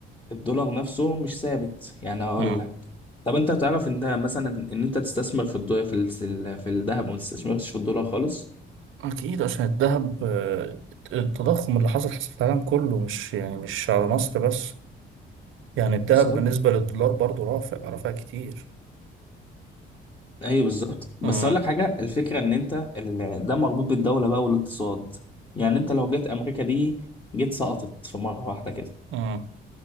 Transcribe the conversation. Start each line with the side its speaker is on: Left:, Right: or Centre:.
Left: الدولار نفسه مش ثابت يعني هقول
Right: امم
Left: لك طب انت تعرف ان ده مثلا ان انت تستثمر في الدولار في ال- في ال- في الذهب وما تستثمرش في الدولار خالص
Right: اكيد عشان الذهب آه، التضخم اللي حصل حصل في العالم كله مش يعني مش على مصر بس يعني الذهب
Left: بالظبط.
Right: بالنسبة للدولار برضو رافع رافع كتير
Left: ايوه بالظبط بس
Right: امم
Left: اقول لك حاجه الفكره ان انت ال... ده مربوط بالدوله بقى والاقتصاد يعني انت لو جت امريكا دي جيت سقطت في مره واحده كده
Right: امم